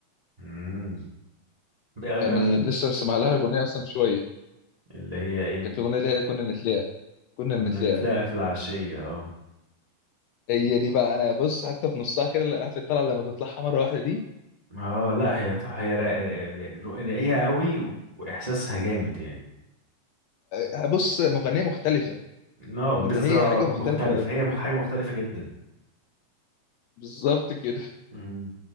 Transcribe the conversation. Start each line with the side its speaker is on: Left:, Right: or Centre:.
Right: امم بقى
Left: يعني
Right: أكتر
Left: لسه مسمع لها اغنيه اصلا من شويه
Right: اللي هي ايه
Left: كان في اغنيه اللي هي كنا نتلاقى كنا
Right: كنا
Left: نتلاقى
Right: نتلاقى في العشيه اه
Left: هي دي بقى انا بص حتى في نصها كده اللي عارف الطلعه لما بتطلعها مره واحده دي
Right: اه لا هي تحفه هي را- را- راقيه قوي و- واحساسها جامد يعني
Left: آه، بص مغنيه مختلفه
Right: اه
Left: وان
Right: بالظبط
Left: هي حاجه مختلفه
Right: مختلفه هي مخ- حاجه مختلفه جدا
Left: <laughs> بالظبط كده
Right: مم.